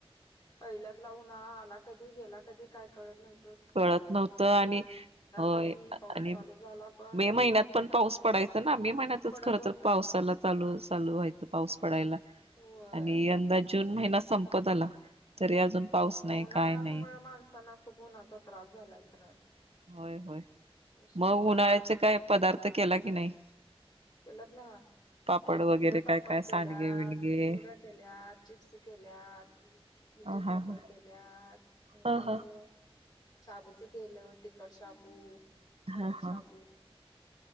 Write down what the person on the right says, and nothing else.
कळत नव्हत आणि होय
आणि
मे महिन्यात पण पाऊस पडाय ना म्ही महिनतच
खर
तर पावसाला चालूच चालू व्हायच पाऊस पडायला
आणि यंदा जून महिना संपत आला तरी अजून पाऊस
नाही
काय नाही
होय होय
मग उन्हाळ्याचे काय पदार्थ केला की नाही
पापड वगैरे
काय
काय सांडगे
विणगे
ह हा
ह
हा
हा
हा हा